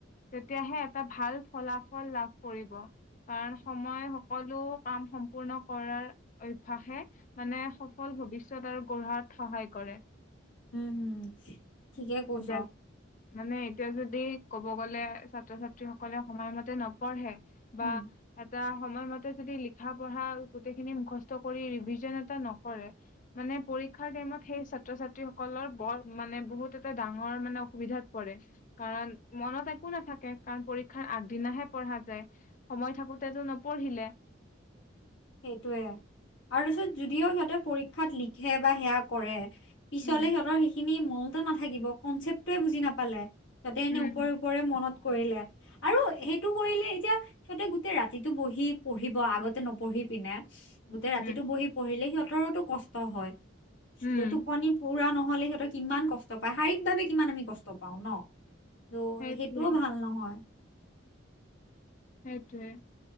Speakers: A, on the left (about 40°); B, on the left (about 65°).
A: তেতিয়াহে এটা ভাল ফলাফল লাভ কৰিব কাৰণ সময় সকলো কাম সম সম্পূৰ্ণ কৰাৰ অভ্যাসে মানে সফল ভৱিষ্যত আৰু গঢ়াত সহায় কৰে।
B: উম ঠিকে কৈছ
A: যাই, মানে এতিয়া যদি ক'ব গ'লে ছাত্ৰ-ছাত্ৰী সকলে সময়মতে নপঢ়ে বা
B: উম।
A: তাত সময়মতে যদি লিখা-পঢ়া আৰু গোটেইখিনি মুখস্থ কৰি ৰিভিজন এটা নকৰে মানে পৰীক্ষাৰ টাইমত সেই ছাত্ৰ-ছাত্ৰী সকলৰ বৰ মানে বহুত এটা ডাঙৰ মানে অসুবিধাত পৰে কাৰণ মনত একো নাথাকে কাৰণ পৰীক্ষাৰ আগদিনাহে পঢ় পঢ়া যায় সময় থাকোতেতো নপঢ়িলে
B: সেইটোৱে আৰু পিছত যদিও সিহঁতে পৰীক্ষাত লিখে বা সেয়া কৰে পিছলে
A: উম
B: সিহঁতৰ সেইখিনি মনতে নাথাকিব কনচেপ্টটোয়ে বুজি নাপালে। তাতে এনে
A: উম
B: ওপৰে ওপৰে মনত কৰিলে আৰু সেইটো কৰিলে এতিয়া সিহঁতে গোটেই ৰাতিটো বহি পঢ়িব আগতে নপঢ়ি পিনে গোটেই
A: উম
B: ৰাতিটো বহি পঢ়িলে সিহঁত সিহঁতৰটো কষ্ট হয়
A: উম
B: ছিল টোপনি পুৰা নহলে সিহঁতৰ কিমান কষ্ট পায় শাৰীৰিক ভাৱে কিমান আমি কষ্ট পাওঁ ন। ত
A: সেইটোৱে
B: সেইটোও ভাল নহয়।
A: সেইটোৱে